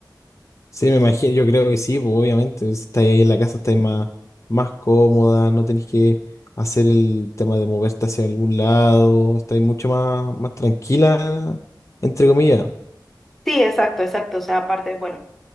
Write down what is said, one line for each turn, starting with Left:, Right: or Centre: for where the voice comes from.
Left: Sí, me imagino, yo creo que sí, pues obviamente, si estáis ahí en la casa, estáis más, más cómoda, no tenéis que hacer el tema de moverte hacia algún lado, estáis mucho más, más tranquila, entre comillas,
Centre: Sí, exacto, exacto. O sea, aparte, bueno.